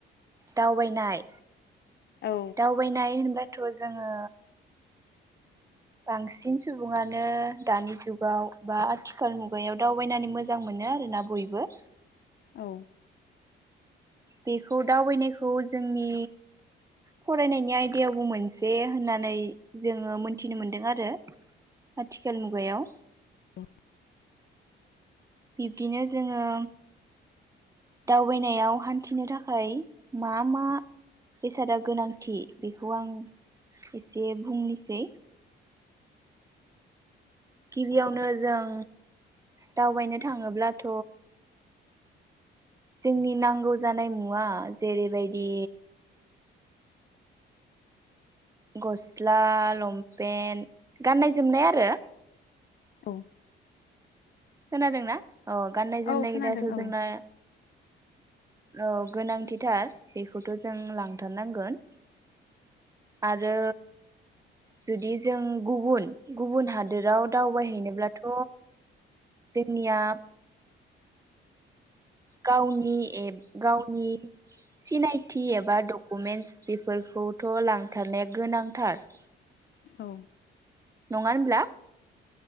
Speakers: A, on the right (about 15°); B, on the left (about 55°).
A: दावबायनाय
B: औ
A: दावबायनाय होनबा थ जोंङो बांसिन सुबुङानो दानि जुगाव बा आथिखाल मुगायाव दावबायनानै मोजां मोनो आरोना बयबो
B: औ
A: बेखौ दावबायनायखौ जोंनि फरायनायनि आयदायावबो मोनसे होननानै जोंङो मोनथिनो मोनदों आरो आथिखाल मुगायाव
B: औ
A: बिब्दिनो जोंङो दावबायनायाव हान्थिनो थाखाय मा मा बेसादा गोनांथि बेख खौ आं एसे फुंनि जै गिबियावनो जों दावबायनो थांङोब्लाथ जोंनि नांगौ जानाय मुवा जेरैबायदि गस्ला लंपेन्ट गाननाय जोमनाय आरो
B: औ
A: खोनादोंना? अ गाननाय जोमनाय
B: औ खोनादों
A: दाथ
B: औ
A: जोंना औ गोनांथिथार बेखौथ जों लांथारनांगोन आरो जुदि जों गुबुन गुबुन हादोराव दावबायहैनोब्लाथ जों निया गावनि एब गावनि सिनायथि एबा डकुमेन्टस बेफोरखौथ लांथारनाया गोनांथार।
B: औ
A: नंङा होनोमब्ला?